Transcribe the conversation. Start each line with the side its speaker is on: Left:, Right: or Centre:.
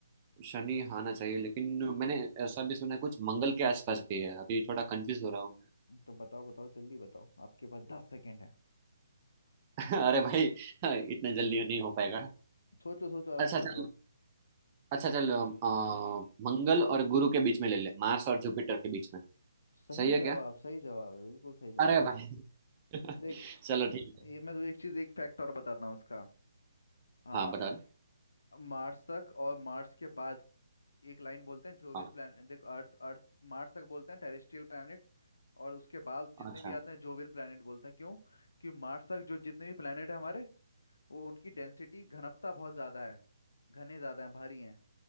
Right: शनि आना चाहिए लेकिन मैंने ऐसा भी सुना है कुछ मंगल के आसपास भी है अभी थोड़ा कंफ्यूज हो रहा हूँ मैं
Left: तो बताओ बताओ जल्दी बताओ आपके पास दस सेकेंड है
Right: <laughs> अरे भाई इतने जल्दी नहीं हो पाएगा
Left: सोच लो सोच लो आराम
Right: अच्छा
Left: से सोच
Right: चल
Left: लो
Right: अच्छा चल अ, मंगल और गुरु के बीच में ले ले मार्स और जुपिटर के बीच में
Left: सही
Right: सही है
Left: जवाब
Right: क्या
Left: सही जवाब है बिल्कुल सही जवाब
Right: अरे
Left: है
Right: भाई
Left: देख
Right: <laughs> चलो ठीक है
Left: ये मैं तुझे एक चीज एक फैक्ट और बताता हूँ उसका आ,
Right: हाँ बता दो
Left: मार्सक और मार्स के बाद एक लाइन बोलते हैं जोवियन
Right: हाँ
Left: प्लान देख अर्थ अर्थ मार्स तक बोलते हैं टेरेस्ट्रियल प्लैनेट्स और उसके बाद जितने
Right: अच्छा
Left: भी आते हैं जोवियन प्लैनेट बोलते हैं क्यों कि मार्स तक जो जितने भी प्लैनेट है हमारे वो उनकी डेंसिटी घनत्व बहुत ज़्यादा है घने ज़्यादा हैं भारी हैं